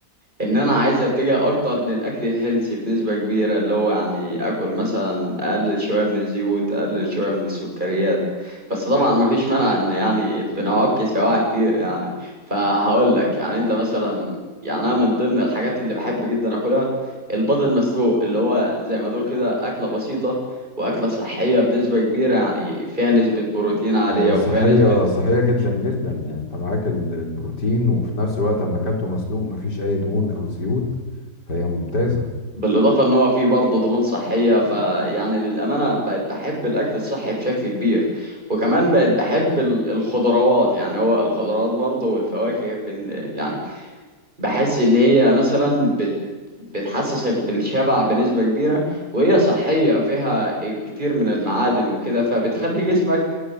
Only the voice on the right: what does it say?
ان انا عايز اتجه اكتر للاكل الهيلثي بنسبه كبيره اللي هو يعني اكل مثلا اقلل شويه من الزيوت اقلل شويه من السكريات بس طبعا ما فيش مانع ان يعني بنعك سواعي كتير يعني فهقول لك يعني انت مثلا يعني انا من ضمن الحاجات اللي بحب جدا اكلها البيض المسلوق اللي هو زي ما تقول كده اكله بسيطه واكله صحيه بنسبه كبيره يعني فيها نسبه بروتين عاليه وفيها
نسبه
بالاضافه ان هو فيه برضه دهون صحيه فيعني للامانه بقت بحب الاكل الصحي بشكل كبير وكمان بقت بحب ال- الخضروات يعني هو الخضروات برضه والفواكه بن يعني بحس ان هي مثلا بت بتحسسك بالشبع بنسبه كبيره وهي صحيه فيها كتير من المعادن وكده فبتخلي جسمك